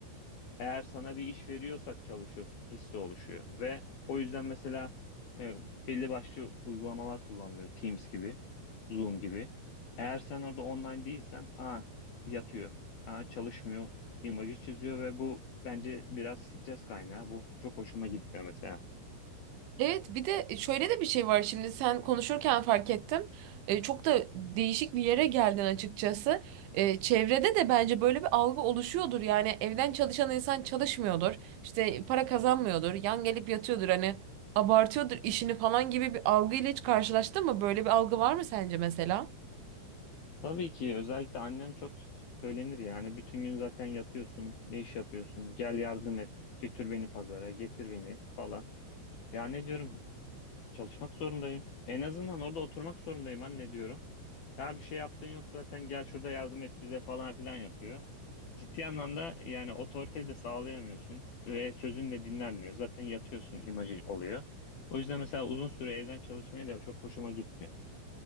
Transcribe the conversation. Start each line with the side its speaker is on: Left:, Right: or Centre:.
Left: Eğer sana bir iş veriyorsak çalışıyorsun hissi oluşuyor. Ve o yüzden mesela e, belli başlı uygulamalar kullanılıyor. Teams gibi, Zoom gibi. Eğer sen orada online değilsen, aa yatıyor, aa çalışmıyor imajı çiziyor ve bu bence biraz stres kaynağı. Bu çok hoşuma gitmiyor mesela.
Right: Evet bir de e, şöyle de bir şey var şimdi sen konuşurken fark ettim. E, çok da değişik bir yere geldin açıkçası. E, çevrede de bence böyle bir algı oluşuyordur. Yani evden çalışan insan çalışmıyordur. İşte para kazanmıyordur. Yan gelip yatıyordur. Hani abartıyordur işini falan gibi bir algıyla hiç karşılaştın mı? Böyle bir algı var mı sence mesela?
Left: Tabii ki özellikle annem çok söylenir yani bütün gün zaten yatıyorsun ne iş yapıyorsun gel yardım et götür beni pazara getir beni falan. Ya ne diyorum çalışmak zorundayım en azından orada oturmak zorundayım anne diyorum. Ya bir şey yaptığın yok zaten gel şurada yardım et bize falan filan yapıyor. Ciddi anlamda yani otoriteyi de sağlayamıyorsun ve sözün de dinlenmiyor zaten yatıyorsun imajı oluyor. O yüzden mesela uzun süre evden çalışmaya da çok hoşuma gitmiyor.